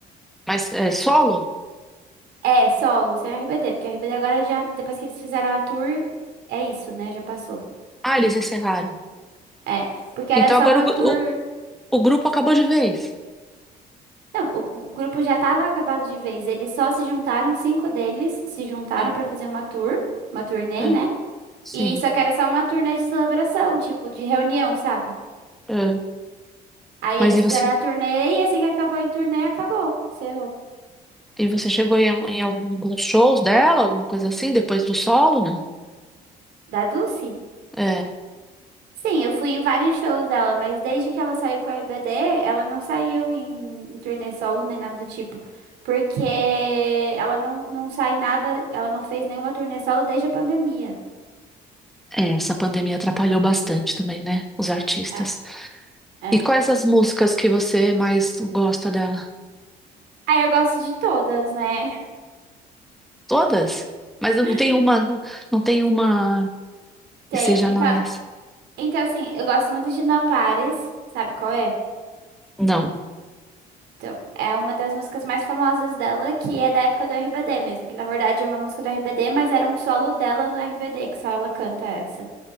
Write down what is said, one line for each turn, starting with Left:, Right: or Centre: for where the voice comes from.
Centre: Mas é solo?
Right: É, solo, sem RBD, porque RBD agora já, depois que eles fizeram a tour, é isso, né? Já passou.
Centre: Ah, eles encerraram.
Right: É, porque era
Centre: Então
Right: só
Centre: agora
Right: uma
Centre: o,
Right: tour.
Centre: O grupo acabou de vez.
Right: Não, o, o grupo já tava acabado de vez. Eles só se juntaram, cinco deles se juntaram
Centre: É,
Right: pra fazer uma tour, uma turnê,
Centre: é,
Right: né?
Centre: sim.
Right: E só que era só uma turnê de celebração, tipo, de reunião, sabe?
Centre: É.
Right: Aí
Centre: Mas
Right: eles
Centre: e
Right: fizeram
Centre: você,
Right: a turnê e assim que acabou a turnê, acabou. Encerrou.
Centre: e você chegou em, em alguns shows dela, alguma coisa assim, depois do solo, né?
Right: Da Dulce?
Centre: É.
Right: Sim, eu fui em vários shows dela, mas desde que ela saiu com a RBD, ela não saiu em, em turnê solo nem nada do tipo. Porque ela não, não sai nada, ela não fez nenhuma turnê solo desde a pandemia.
Centre: É, essa pandemia atrapalhou bastante também, né? Os artistas.
Right: É, é.
Centre: E quais as músicas que você mais gosta dela?
Right: Aí eu gosto de todas, né?
Centre: Todas? Mas não
Right: <laughs>
Centre: tem uma, não tem uma
Right: Tem.
Centre: que seja
Right: Então,
Centre: mais.
Right: então assim, eu gosto muito de No Pares, sabe qual é?
Centre: Não.
Right: Então, é uma das músicas mais famosas dela, que é da época do RBD mesmo, que na verdade é uma música do RBD, mas era um solo dela no RBD, que só ela canta essa.